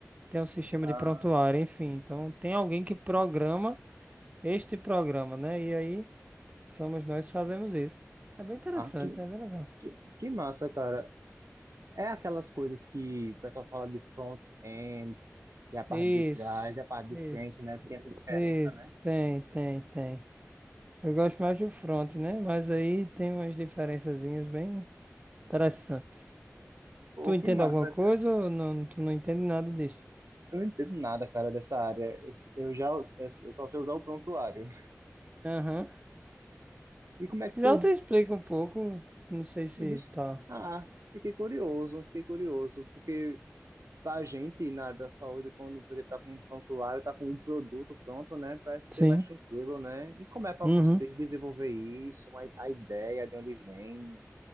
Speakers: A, on the right; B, on the right.
A: tem um sistema
B: Ah,
A: de prontuário, enfim. Então, tem alguém que programa este programa, né? E aí, somos nós que fazemos isso. É bem interessante,
B: ah, que,
A: é bem legal.
B: que, que massa, cara. É aquelas coisas que o pessoal fala de front-end, e a parte
A: Isso,
B: de trás, e a parte de
A: isso,
B: frente, né? Tem essa diferença,
A: isso.
B: né?
A: Tem, tem, tem. Eu gosto
B: Ah,
A: mais
B: que-
A: do front, né? Mas aí tem umas diferençazinhas bem interessantes.
B: Pô,
A: Tu
B: que
A: entende
B: massa,
A: alguma coisa
B: cara.
A: ou não, tu não entende nada disso?
B: Eu não entendo nada, cara, dessa área. Eu, eu já eu, eu só sei usar o prontuário.
A: Aham.
B: E como é
A: Se
B: que
A: quiser,
B: tu
A: eu te explico um pouco. Não sei se
B: Me diz,
A: tá.
B: ah, fiquei curioso, fiquei curioso, porque pra gente na da saúde, quando, por exemplo, tá com um prontuário, tá com um produto pronto, né? Parece ser
A: Sim.
B: mais tranquilo, né? E como é pra
A: Uhum.
B: vocês desenvolver isso, a, a ideia de onde vem?